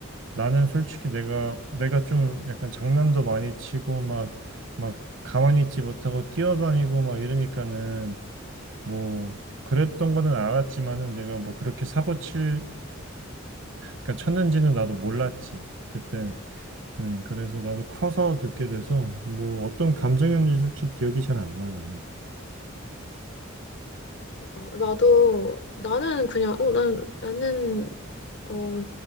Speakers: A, on the right; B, on the left.
A: 나는 솔직히 내가 내가 좀 약간 장난도 많이 치고 막 막 가만히 있지 못하고 뛰어다니고 막 이러니까는 뭐 그랬던 거는 알았지만은 내가 뭐 그렇게 사고 칠 그러니까 쳤는지는 나도 몰랐지. 그때 음, 그래서 나도 커서 듣게 돼서 뭐 어떤 감정이었는지 기억이 잘 안 나, 나는.
B: 그러니까, 나도, 나는 그냥, 어, 난, 나는 어,